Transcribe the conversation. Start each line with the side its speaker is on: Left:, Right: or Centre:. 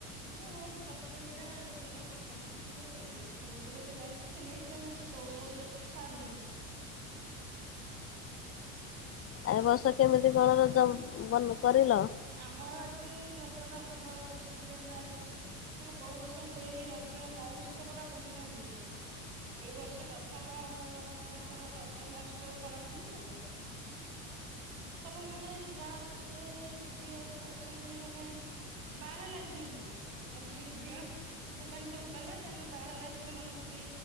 Right: ମୁଁ ପ୍ରଥମ ଦିନ ଝିଅ ଟା ପଠେଇ ନଥିଲୁ ଏଇ ସ୍କୁଲରେ ତ ଯାଉଛି ସ ନେଇକ ତମେସ୍ତ ଦଉନ ଛାଡୁନୁ।
Left: ଆର ବର୍ଷ କେମିତି କଣ ରଜ ବ କରିଲ।
Right: ଆମର ଏଠି ରଜ ଟା ଭଲ ଏ ବର୍ଷ ଟିକେ ହେଲା ଏ ବର୍ଷ ମାନେ କୋଉ ବର୍ଷ ହୁଏନି ରଜ ମହୋତ୍ସବ ଟା କୋଉ ଦିନ ହୁଏନି ଏଇ ବର୍ଷ ପ୍ରଥମ ଆମର ରଜ ମହୋତ୍ସବ ପାଳନ ହେଇଥିଲା ତ ସବୁ ମାନେ ଗାଁରେ ଯେତେ ଝିଅ ସବୁ ଅଛନ୍ତି ମାନେ ବାହାଲା ଝିଅ ନୁହେଁ ଅବାର ଝିଅ ସେମାନେ ସବୁ କଲେ ତାମର ବାହାଲା ଝିଅ ମାନଙ୍କୁ ବି